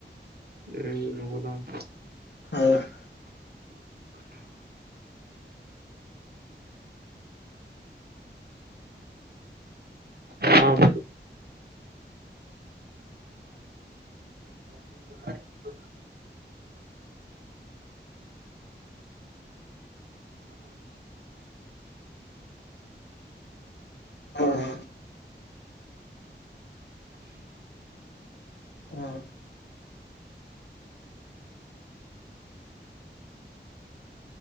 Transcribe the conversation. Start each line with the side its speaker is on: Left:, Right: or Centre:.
Right: ये नको थांब.
Left: हा हा
Right: हा बर. <unintelligible>
Left: हा हा.